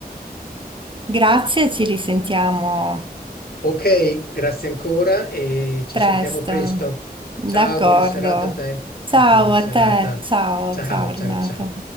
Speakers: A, on the right; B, on the left.
A: Grazie, ci risentiamo.
B: Ok, grazie ancora e ci
A: Presto,
B: sentiamo presto.
A: d'accordo.
B: Ciao, buona serata a te.
A: Ciao
B: Buona serata.
A: a te, ciao,
B: Ciao,
A: ciao
B: ciao,
A: Renato.
B: ciao.